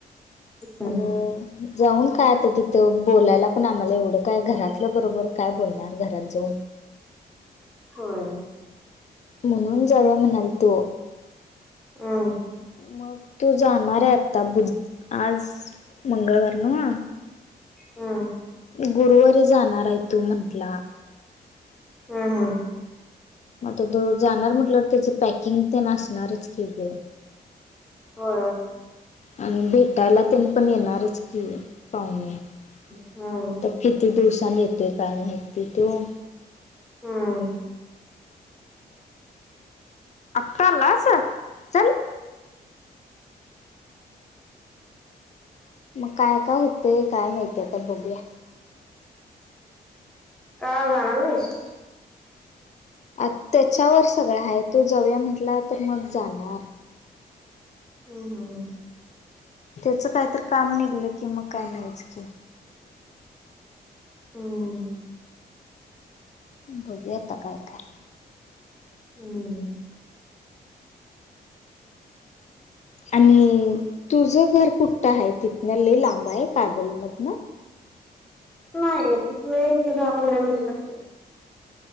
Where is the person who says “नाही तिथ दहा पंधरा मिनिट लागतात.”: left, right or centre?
Centre